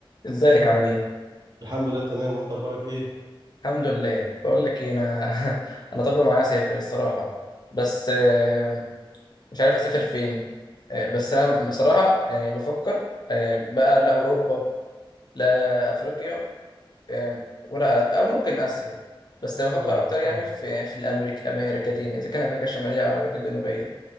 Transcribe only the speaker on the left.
ازيك عامل ايه؟
الحمد لله بقول لك ايه انا <laughs> انا طالب معايا اسافر الصراحه بس آه، مش عارف اسافر فين آه، بس انا بصراحه يعني بفكر آه، بقى لا اوروبا لا افريقيا يعني ولا او ممكن اسيا بس بفكر
اكتر يعني
في في الامريكا امريكتين اذا كان امريكا الشماليه او امريكا الجنوبيه